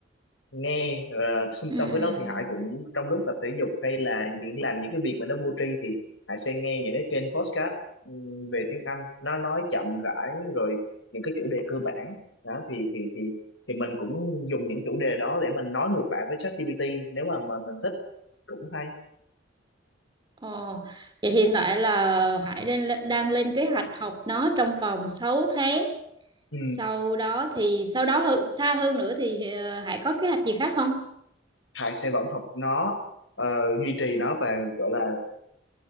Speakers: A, on the left; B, on the right.
A: nghe ờ, song
B: Ừm.
A: song với đó thì Hải cũng trong lúc tập thể dục hay là những làm những cái việc mà nó vô tri thì Hải sẽ nghe những cái kênh podcast ừm, về tiếng Anh nó nói chậm rãi rồi những cái chủ đề cơ bản đó thì thì thì thì mình cũng dùng những chủ đề đó để mình nói ngược lại với ChatGPT nếu mà mà mình thích cũng hay
B: Ồ, vậy hiện tại là Hải lên, đang lên kế hoạch học nó trong vòng sáu tháng
A: ừ.
B: sau đó thì sau đó hơn- xa hơn nữa thì ờ, Hải có kế hoạch gì khác không
A: Hải sẽ vẫn học nó ờ, duy trì nó và gọi là